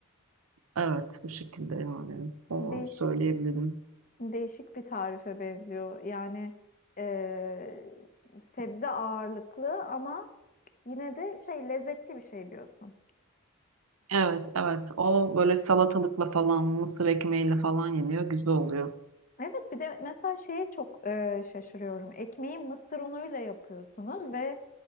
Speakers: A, on the right; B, on the left.
A: evet bu şekilde yani onu
B: Değişik,
A: söyleyebilirim.
B: değişik bir tarife benziyor. Yani eee, sebze ağırlıklı ama yine de şey lezzetli bir şey diyorsun.
A: Evet, evet. O böyle salatalıkla falan, mısır ekmeğiyle falan yeniyor. Güzel oluyor.
B: Evet, bir de mesela şeye çok eee, şaşırıyorum. Ekmeği mısır unuyla yapıyorsunuz ve